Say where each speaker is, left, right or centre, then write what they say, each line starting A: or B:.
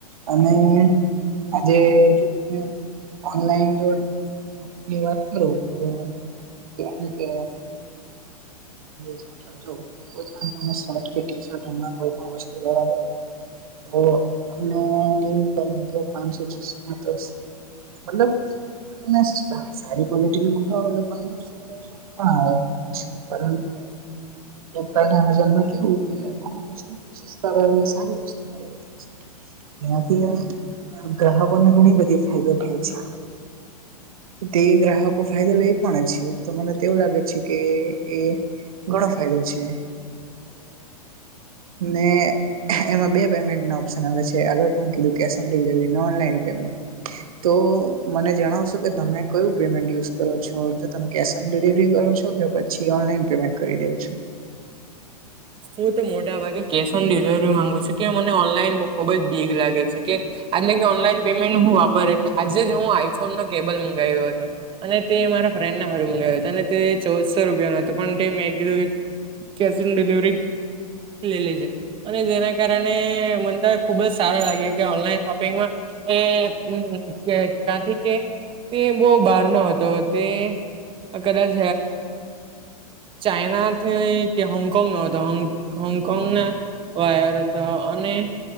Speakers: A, on the right; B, on the right.
A: અને આજે જો તમે ઓનલાઈન જો. ની વાત કરું તો, ભી મળી જ છે. જો કોઈ ટી-શર્ટ કે શર્ટ, હમ કોઈ વસ્તુ લેવા તો તમને નહીં કને, તો પાંચસો-છસો માં તો. મતલબ, તમે સારી ક્વલિટી મંગાવો એ પદરસો. હુ પણ આવે, પરંતુ રા, એમેઝોનમાં કેવું કે અમુક વસ્તુ સસ્તા ભાવે સારી વસ્તુ મળી રહે. એનાથી ગ્રાહકોને ઘણી બધી ફાયદો થાય છે. તે ગ્રાહકો ફાયદો લે પણ છે, તો મને તેવું લાગે છે કે એ ઘણો ફાયદો છે ને. એમાં બે પેમેન્ટ ના ઓપ્શન આવે છે, એક કીધું કે ઓન ડિલવરી, ઓનલાઈન પેમેન્ટ. તો મને જણાવશો કે તમે કયું પેમેન્ટ યુઝ કરો છો? જો તમે કેશ ડિલિવરી કરો છો કે પછી ઓનલાઈન પેમેન્ટ કરી દેઉં છો?
B: હું તો મોટા ભાગે કેશ ઓન ડિલવરી માંગુ છું, કે મને ઓનલાઈન ખુબ જ ભીક લાગે છે કે. એટલે કે ઓનલાઈન પેમેન્ટ હું વાપરી. આજે જ હું આઈફોન નું કેબલ મંગાવ્યો હતો. અને તે મારા ફ્રેન્ડને હાર મંગાવ્યો, અને તે ચૌદસો રૂપિયા નું હતો. પણ તે મે કીધું કે કેશ ઓન ડિલિવરી. લેલી છે, અને જેના કારણે મને તો ખુબ જ સારો લાગે કે ઓનલાઈન શોપિંગમાં એ કાંઈથી કે તે બહ બાર ન હતો તે. કદાચ ચાઈનાથી કે હોંગકોંગ નો હતો. હોંગકોંગ ના વાયર હતા, અને